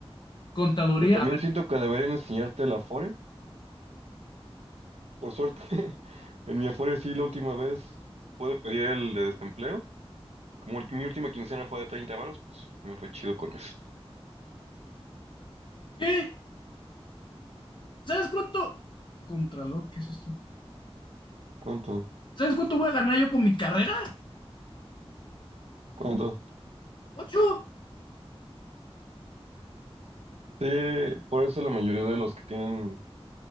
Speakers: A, on the left; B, on the right.
A: Contaduría,
B: Que también
A: a ver.
B: siento que deberían enseñarte el Afore. Por suerte, <laughs> en mi Afore sí, la última vez pude pedir el de desempleo. Como el- mi última quincena fue de 30 varos, pues me fue chido con eso.
A: ¿Qué? ¿Sabes cuánto? Contralor, ¿qué es esto?
B: ¿Cuánto?
A: ¿Sabes cuánto voy a ganar yo con mi carrera?
B: ¿Cuánto?
A: ¡Ocho!
B: Sí, por eso la mayoría de los que tienen...